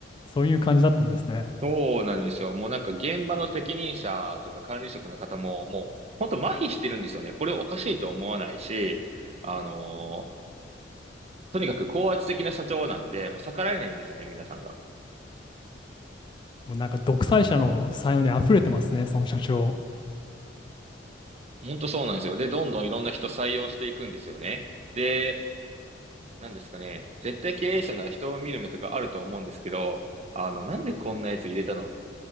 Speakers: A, on the left; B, on the right.
A: そういう感じだったんですね。
B: そうなんですよ。もうなんか現場の責任者とか管理職の方も、もう本当麻痺してるんですよね。これをおかしいと思わないし、あのーとにかく高圧的な社長なんで、もう逆らえないんですよね、皆さんが。
A: もうなんか独裁者の才能に溢れてますね、その社長。
B: 本当そうなんですよ。で、どんどんいろんな人採用していくんですよね。で、なんですかね。絶対経営者なら人を見る目とかあると思うんですけど、あの、なんでこんなやつ入れたのっ